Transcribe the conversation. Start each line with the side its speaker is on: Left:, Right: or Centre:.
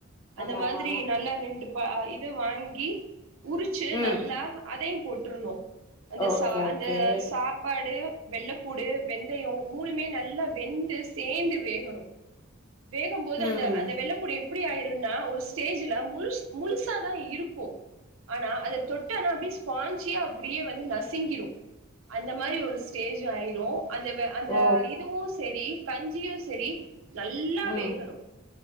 Right: அந்த
Left: ஆமா
Right: மாதிரி
Left: ஆமா
Right: நல்லா ரெண்டு பா இது வாங்கி உரிச்சு
Left: ம்
Right: நல்லா அதயும் கூற்றணோ அந்த
Left: ஓகே
Right: ச அந்த
Left: ஓகே
Right: சாப்பாடு வெள்ளப்பூடு வெந்தயம் மூணுமே நல்லா வெந்து சேந்து வேகணும் வேகும் போது
Left: ம்
Right: அந்த அந்த வெள்ளப்புடு எப்டி ஆயிரும் நா ஒரு ஸ்டேஜ்ல முழுஸ் முழுசா தான் இருக்கும் ஆனா அத தொட்டனா அப்டியே வந்து ஃஸ்பாஞ்சே அப்டி நசிங்கிரும் அந்த மாரி ஒரு ஸ்டேஜ் ஆயிரும் அந்த அந்த
Left: ஓ
Right: இதுவும் சேரி கஞ்சியும் செரி நல்ல
Left: ம்
Right: வேகணும்